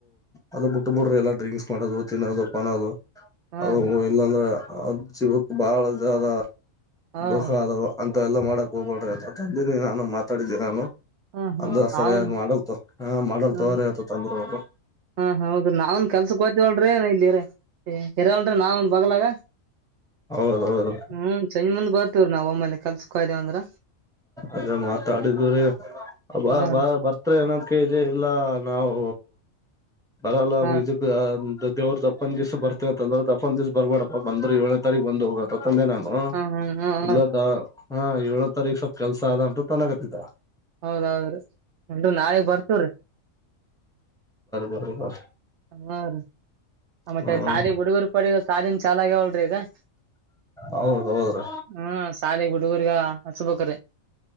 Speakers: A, in the centre; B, on the right.
A: ಅದದು ಬಿಟ್ಟ ಬಿಡ್ರಿ ಎಲ್ಲಾ ಡ್ರಿಂಕ್ಸ್ ಮಾಡೋದು ತಿನ್ನೋದು ಪಾನದು
B: ಹಾ
A: ಅದು
B: ರೀ
A: ಇಲ್ಲಾಂದ್ರೆ <inaudible> <inaudible> <unintelligible>
B: ಹಾ ರೀ
A: ಅದೆಲ್ಲ ಮಾಡಕ್ ಹೋಗ್ಬೇಡ್ರ ಅ ತಂದನಿ ನಾನು ಮಾತಾಡಿದ್ದಿನಿ ನಾನು
B: ಹ್ಮ್ ಹ್ಮ್
A: ಅನ್ನ ಸರಿಯಾಗಿ
B: ನಾವನ್
A: ಮಾಡಲ್ತ ಹಾ ಮಾಡಲ್
B: ಹ್ಮ್
A: ತೋರ ಆತ ತಂದ್ರ ಅದು
B: ಹಾ ಹೌದು ನಾವನ್ ಕೆಲ್ಸಕ್ ಹೋಯಿತಿವಾಲ್ ರೀ ಇಲ್ಲಿ ಇರಲ್ರೀ ನಾವಂದ ಬಗ್ಲಾಗ
A: ಹೌದೌದು
B: ಹ್ಮ್ ಸಂಜಿ ಮುಂದ ಬರ್ತೀವ್ ನಾವ ಆಮಲೆ ಕೆಲಸಕ್ಕೆ ಹೋಯಿತಿವಂದ್ರ
A: ಅದೇ ಮಾತಾಡಿದಿವು ರೀ ಬಾ
B: ಹಾ
A: ಬಾ
B: ರೀ
A: ಬರ್ತ್ ಬರ್ತೀಯೋ ಏನೋ ಕೇಳ್ದಿ ಇಲ್ಲ ನಾವು <unintelligible>
B: ಹಾ ರೀ
A: <inaudible> ದೇವ್ದ ದಪ್ಪ ದ್ ದಿವಸ್ ಬರ್ತವ ಅಂದ್ರೆ ದಪ್ಪನ್ ದಿವಸ ಬರ್ಬೇಡಪ್ಪ ಬಂದ್ರ ಏಳನೇ ತಾರೀ ಬಂದು ಹೋಗ ಅಂದೇ ನಾನು
B: ಹಾ ಹಾ ಹಾ
A: ಇಲ್ಲದ.
B: ಹಾ ರೀ
A: ಹಾಂ ಏಳನೆ ತಾರೀಕು ಸ್ವಪ್ ಕೆಸ ಅದ ಅಂತ ತನಕತ್ತಿದ
B: ಹೌದ್ ಹೌದ್ರಿ ನಾಳೆಗ್ ಬರ್ತವ್ರೀ
A: <inaudible>
B: ಹಾ ರೀ ಆ ಮತ್ತೆ
A: ಹ್ಮ್
B: ಶಾಲ ಹುಡುಗರ ಪಡಿಗ ಶಾಲ ಚಾಲಾಗಲ್ರೀ ಇದ <inaudible>
A: ಹೌದ್ ಹೌದ್ರ
B: ಹ್ಮ ಶಾಲೆ ಗುಡುಗುರ್ಗ ಹಚ್ಬೇಕ್ರ